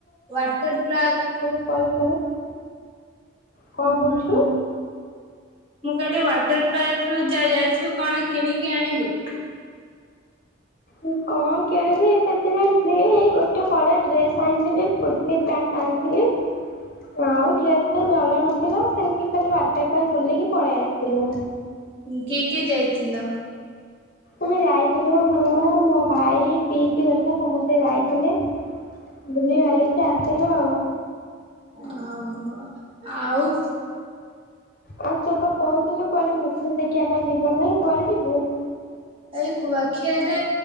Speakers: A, on the right (about 25°); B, on the left (about 45°).
A: ୱାଟର ପାର୍କ
B: କଲ କର କଣ
A: ହୁଁ
B: କହୁଚୁ?
A: ହୁଁ ମୁଁ କହିଲେ ୱାଟର ପାର୍କ ରୁ ଜା ଯାଇଥିଲୁ କଣ କିଣିକି ଆଣିଲୁ?
B: ମୁଁ କଣ କିଣିବି ସେଥିପାଇ ଏଇ ଗୋଟେ ହଳ ଡ୍ରେସ ଆଣିଥିଲି କୁର୍ତ୍ତୀ ପ୍ୟାଣ୍ଟ ଆଣିଥିଲି। <inaudible> ଆଉ ଡ୍ରେସ ଟ ଭଲ ନଥିଲା ସେମତି ଖାଲି ୱାଟର ପାକ ବୁଲିକି ପଳେଇ ଆସିଲୁ।
A: ଉଁ କିଏ କିଏ ଯାଇଥିଲା?
B: ଆମେ ଯାଇଥିଲୁ ମୁଁ ମୋ ଭାଇ ପିଇସି ହେରିକା ସମସ୍ତେ ଯାଇଥିଲେ। ବୁଲି ବାଲିକି ଆସିଲୁ ଆଉ।
A: ଓହୋ ଆଉ?
B: ଆଉ ତୁ ତ କହୁଥିଲୁ କୁଆଡେ ମିସି ଦେଖିବା ପାଇଁ ଯିବା ପାଇଁ କୁଆଡେ ଯିବୁ?
A: ଏଇ କୁଆଖିଆରେ